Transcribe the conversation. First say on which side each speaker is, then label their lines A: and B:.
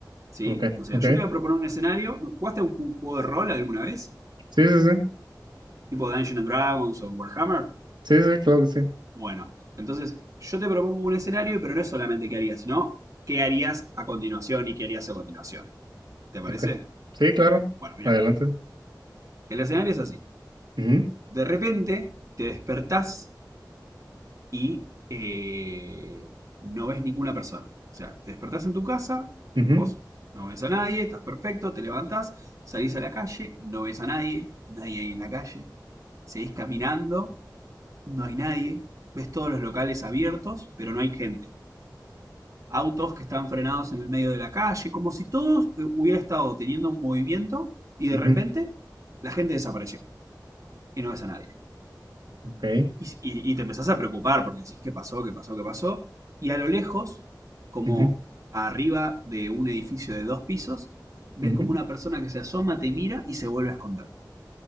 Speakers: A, on the right; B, on the right.
A: ¿Sí?
B: Ok,
A: O sea,
B: ok.
A: yo te voy a proponer un escenario. ¿Jugaste a un ju- juego de rol alguna vez?
B: Sí, sí, sí.
A: tipo Dungeons and Dragons o Warhammer,
B: Sí, sí, claro que sí.
A: bueno, entonces yo te propongo un escenario, pero no es solamente qué harías, sino qué harías a continuación y qué harías a continuación. ¿Te parece?
B: Ok. Sí, claro.
A: Bueno, mira,
B: Adelante.
A: el escenario es así.
B: Ujú,
A: De repente te despertás y eh, no ves ninguna persona. O sea, te despertás en tu casa,
B: ujú,
A: vos no ves a nadie, estás perfecto, te levantás, salís a la calle, no ves a nadie, nadie ahí en la calle, seguís caminando No hay nadie. Ves todos los locales abiertos, pero no hay gente. Autos que están frenados en el medio de la calle, como si todo eh, hubiera estado teniendo un movimiento y de
B: ujú.
A: repente la gente desapareció y no ves a nadie.
B: Ok.
A: Y, y- y te empezás a preocupar porque decís qué pasó, qué pasó, qué pasó. Y a lo lejos, como
B: Ujú,
A: arriba de un edificio de dos pisos, ves
B: ujú.
A: como una persona que se asoma, te mira y se vuelve a esconder.